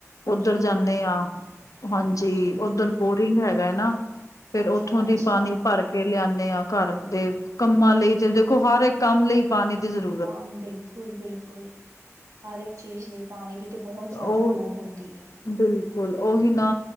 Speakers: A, on the left; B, on the right.
A: ਓਧਰ
B: ਅੱਛਾ ਅੱਛਾ
A: ਜਾਂਦੇ ਆ, ਹਾਂਜੀ
B: ਅੱਛਾ ਜੀ
A: ਓਧਰ ਬੋਰਿੰਗ ਹੈਗਾ ਐ ਨਾ। ਫੇਰ
B: ਅੱਛਾ
A: ਓਥੋਂ
B: ਅੱਛਾ
A: ਦੀ ਪਾਨੀ ਪਾਰ ਕੇ ਲਿਆਨੇ ਆ ਕਾੱਰ ਦੇ ਕੰਮਾਂ ਲਈ ਤੇ ਦੇਖੋ ਹਰ ਏਕ ਕੰਮ ਲਈ ਪਾਨੀ ਦੀ ਜ਼ਰੂ
B: <unintelligible> ਬਿਲਕੁਲ ਬਿਲਕੁਲ ਹਰ ਇੱਕ ਜੀ ਜੀ ਪਾਣੀ ਦੀ ਤੇ ਬਹੁਤ ਜ਼ਿਆਦਾ
A: ਉਹ
B: ਲੋੜ ਹੁੰਦੀ ਹੈ
A: ਬਿਲਕੁਲ ਉਹੀ ਨਾ